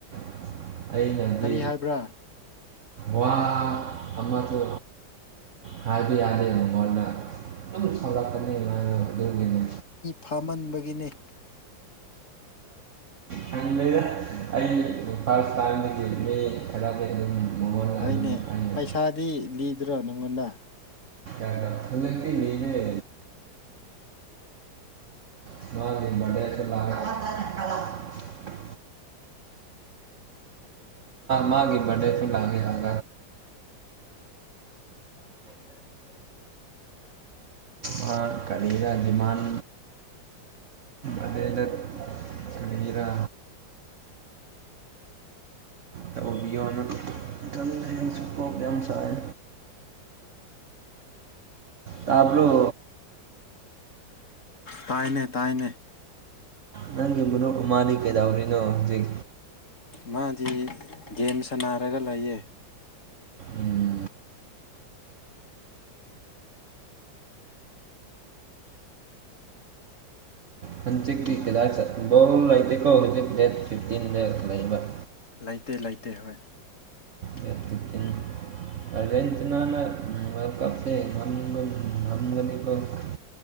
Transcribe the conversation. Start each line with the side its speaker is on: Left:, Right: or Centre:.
Right: <unintelligible> ꯑꯩꯅꯗꯤ
Left: ꯀꯔꯤ ꯍꯥꯏꯕ꯭ꯔꯥ
Right: ꯋꯥ ꯑꯃꯗꯨ ꯍꯥꯏꯕ ꯌꯥꯗꯦ ꯃꯉꯣꯟꯗ ꯑꯗꯨꯝ ꯁꯥꯎꯔꯛꯒꯅꯤ ꯑꯗꯨꯒꯤꯅꯦ
Left: ꯐꯥꯝꯍꯟꯕꯒꯤꯅꯦ <inaudible>
Right: ꯈꯪꯗꯦꯗ ꯑꯩ ꯏꯝꯐꯥꯜ <unintelligible> ꯇꯥꯗꯤ ꯃꯤ ꯈꯔꯗꯤ ꯑꯗꯨꯝ ꯃꯉꯣꯟꯗ
Left: ꯍꯣꯏꯅꯦ
Right: ꯑꯗꯨꯝ ꯑꯩꯅ
Left: ꯄꯩꯁꯥꯗꯤ ꯂꯤꯗ꯭ꯔꯣ ꯅꯪꯉꯣꯟꯗ
Right: ꯑꯥ ꯍꯧꯖꯤꯛꯇꯤ ꯅꯤꯗꯦ ꯦ <unintelligible> ꯃꯥꯒꯤ ꯕꯔꯗꯦꯁꯤ ꯂꯥꯡꯒꯤꯗ <unintelligible>
Left: ꯎ <unintelligible>
Right: ꯃꯥ ꯀꯔꯤꯔ ꯗꯤꯃꯥꯟ ꯑꯗꯗꯠ <unintelligible> ꯀꯔꯤꯔ ꯇꯧꯕꯤꯌꯣꯅ ꯑꯩ ꯀꯣꯛ ꯌꯥꯝ ꯁꯥꯢ ꯇꯥꯕ꯭ꯔꯣ
Left: ꯇꯥꯏꯅꯦ ꯇꯥꯏꯅꯦ
Right: ꯅꯪꯒꯤ ꯃꯔꯨꯞ ꯑꯃꯗꯤ ꯀꯩꯗꯧꯔꯤꯅꯣ ꯍꯧꯖꯤꯛ
Left: ꯃꯥꯗꯤ ꯒꯦꯝ ꯁꯅꯔꯒ ꯂꯩꯌꯦ
Right: ꯎꯝ ꯍꯟꯆꯤꯛꯇꯀꯤ ꯀꯤꯗꯥꯢ ꯐꯨꯠꯕꯣꯜ ꯂꯩꯇꯦꯀꯣ ꯍꯧꯖꯤꯛ ꯗꯦꯠ ꯐꯤꯐꯇꯤꯟꯗ ꯂꯩꯕ
Left: ꯂꯩꯇꯦ ꯂꯩꯇꯦ ꯍꯣꯏ <inaudible>
Right: ꯗꯦꯠ ꯐꯤꯞꯇꯤꯟ <unintelligible>